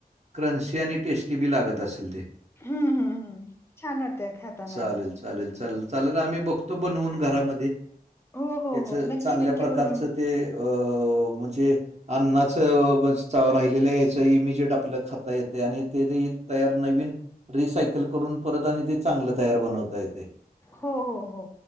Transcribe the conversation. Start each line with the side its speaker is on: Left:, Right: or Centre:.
Right: क्रंस आणि टेस्टी बी लागत असेल ते
Left: हं, हं, हं. छान वाटतं खाताना.
Right: चालेल चालेल चालेल चालेल आम्ही बघतो. बघ तो बनवून घरामध्ये
Left: हो, हो,
Right: त्याच
Left: हो. नक्की,
Right: चांगल्या
Left: नक्की
Right: प्रकारचं
Left: बघून.
Right: ते अ म्हणजे अन्नाच बस चाव राहिलेलं याच इमिजिएट आपल्याला खाता येते आणि ते देत. तयार नवीन रिसायकल करून परत आणि ते चांगलं तयार बनवता येते.
Left: हो, हो, हो.